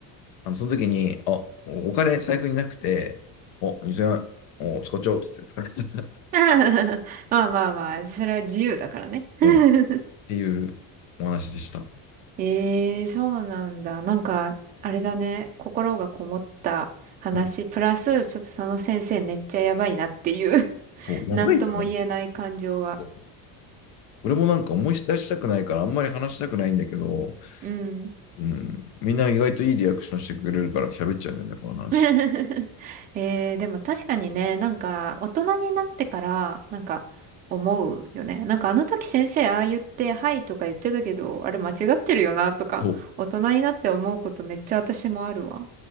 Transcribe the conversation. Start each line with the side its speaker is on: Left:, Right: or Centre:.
Left: あの、その時に、あ、お金財布になくて、お、2000円、お、使っちゃおうっつって使っちゃった。
Right: <laughs> まあまあまあ、それは自由だからね。<laughs>
Left: うん、っていうお話でした。
Right: ええ、そうなんだ。なんか、あれだね。心がこもった話、
Left: うん。
Right: プラス、ちょっとその先生めっちゃやばいなっていう <laughs>
Left: そう、やばいよね。
Right: なんとも言えない感情が。
Left: そう俺もなんか思い出したくないから、あんまり話したくないんだけど、
Right: うん。
Left: うん、みんな意外といいリアクションしてくれるから喋っちゃうんだよね、この話。
Right: <laughs> えー、でも確かにね、なんか、大人になってから、なんか、思うよね。なんかあの時先生ああ言って、はいとか言ってたけど、あれ間違ってるよなとか、
Left: そう
Right: 大人になって思うことめっちゃ私もあるわ。